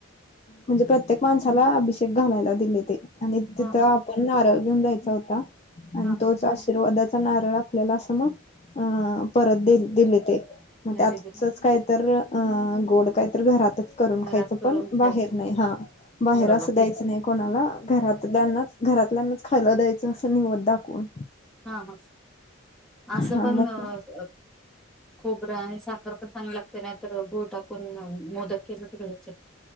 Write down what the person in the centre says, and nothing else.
हा हा
हा हा
घरी
दिली
घरात
करून
खायचं
बरोबर
हा... हा.. असं
पण..
अ.. खोबरं आणि साखर पण चांगल लागतं. ते नाही तर गुळ टाकून मोदक केलं तर होतंय.